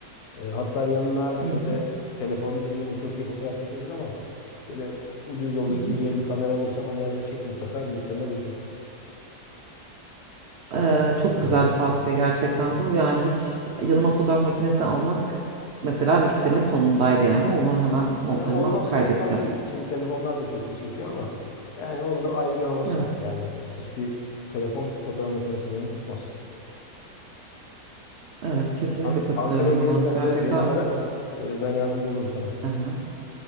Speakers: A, on the left (about 70°); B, on the right (about 85°).
A: E, hatta yanına
B: Hı
A: şöyle
B: hı.
A: telefonun eminim çok iyi fotoğraf çekiyordur ama şöyle ucuz yolda
B: Hı hı.
A: ikinci el bir kamera alırsan onları da çek mutlaka bilgisayarında dursun. Açabilirsin
B: Ee, çok güzel
A: arada.
B: bir tavsiye gerçekten
A: Evet.
B: bu. Yani hiç yanıma fotoğraf makinesi almak mesela listemin sonundaydı yani. Onu hemen notlarıma
A: Ya olmazsa
B: kaydedeceğim.
A: olmaz değil. Şimdi telefonlar da çok iyi çekiyor ama yani onun da ayrı bir havası
B: Evet,
A: var. Yani hiçbir telefon fotoğraf makinesinin yerini tutmaz.
B: evet kesinlikle
A: An-
B: katılıyorum
A: Ankara'ya gelirsen
B: buna. Gerçekten
A: de beni ara.
B: tuttum.
A: E, ben yardımcı olurum sana.
B: Aha,